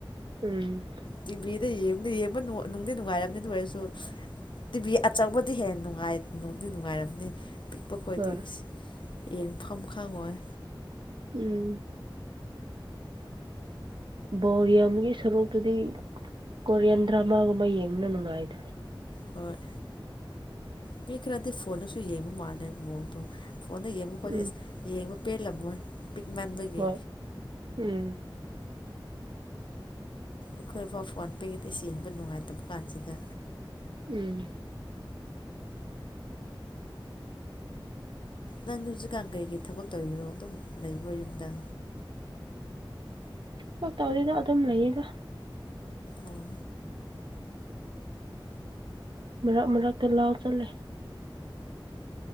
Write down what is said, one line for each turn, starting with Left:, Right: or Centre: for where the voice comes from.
Right: ꯎꯝ
Left: ꯇꯤꯚꯤꯗ ꯌꯦꯡꯕꯗꯤ ꯌꯦꯡꯕ ꯅꯨ ꯅꯨꯡꯗꯤ ꯅꯨꯡꯉꯥꯏꯔꯝꯅꯤ ꯑꯗꯨ ꯑꯣꯏꯔꯁꯨ ꯇꯤꯚꯤ ꯑꯆꯧꯕꯗꯤ ꯍꯦꯟ ꯅꯨꯡꯉꯥꯏ ꯅꯨꯡꯗꯤ ꯅꯨꯡꯉꯥꯏꯔꯝꯅꯤ ꯄꯤꯛꯄ ꯈꯣꯏꯗꯤ
Right: ꯍꯣꯏ
Left: ꯏꯁ ꯌꯦꯡꯐꯝ ꯈꯪꯉꯣꯏ
Right: ꯎꯝ ꯕꯣꯜ ꯌꯦꯡꯕꯒꯤ ꯁꯔꯨꯛꯇꯨꯗꯤ ꯀꯣꯔꯤꯌꯟ ꯗ꯭ꯔꯃꯥꯒꯨꯝꯕ ꯌꯦꯡꯕꯅ ꯅꯨꯡꯉꯥꯏꯗ
Left: ꯍꯣꯏ ꯄꯤ ꯈꯔꯗꯤ ꯐꯣꯟꯗꯁꯨ ꯌꯦꯡꯕ ꯃꯥꯜꯂꯦ ꯃꯣꯣꯗꯣ ꯐꯣꯟꯗ ꯌꯦꯡꯕ ꯃꯈꯣꯏꯗꯤ
Right: ꯎꯝ
Left: ꯑꯁ ꯌꯦꯡꯕ ꯄꯦꯜꯂꯝꯃꯣꯏ ꯄꯤꯛ ꯃꯟꯕꯒꯤ
Right: ꯍꯣꯏ ꯎꯝ
Left: ꯑꯈꯣꯏꯐꯥꯎ ꯐꯣꯟ ꯄꯤꯛꯑꯗꯤ ꯌꯦꯡꯕ ꯅꯨꯡꯉꯥꯏꯇ꯭ꯔ ꯀꯥꯟꯁꯤꯗ
Right: ꯎꯝ
Left: ꯅꯪꯗꯤ ꯍꯨꯖꯤꯛꯀꯥꯟ ꯀꯩꯀꯩ ꯊꯕꯛ ꯇꯧꯔꯤꯔꯣ ꯑꯗꯨꯝ ꯂꯩꯕ꯭ꯔꯣ ꯌꯨꯝꯗ
Right: ꯊꯕꯒ ꯇꯧꯗꯦꯗ ꯑꯗꯨꯝ ꯂꯩꯌꯦꯗ
Left: ꯑꯣ
Right: ꯃꯔꯛ ꯃꯔꯛꯇ ꯂꯥꯎ ꯆꯠꯂꯦ